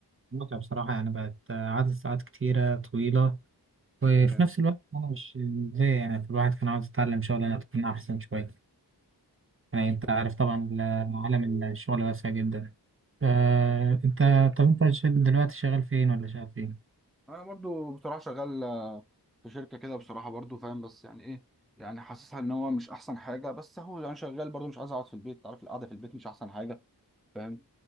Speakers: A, on the right; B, in the centre.
A: متعب بصراحة يعني بقت عدد ساعات كتيرة طويلة وفي
B: تمام
A: نفس الوقت أنا مش زي يعني الواحد كان عاوز يتعلم شغلانة تكون أحسن شوية يعني أنت عارف طبعا عالم الشغل واسع جدا فأنت طب أنت ش- دلوقتي شغال فين ولا شغال فين؟
B: انا برضو بصراحه شغال آه، في شركه كده بصراحه برضو فاهم بس يعني ايه يعني حاسسها ان هو مش احسن حاجه بس هو يعني شغال برضو مش عايز اقعد في البيت عارف القعده في البيت مش احسن حاجه فاهم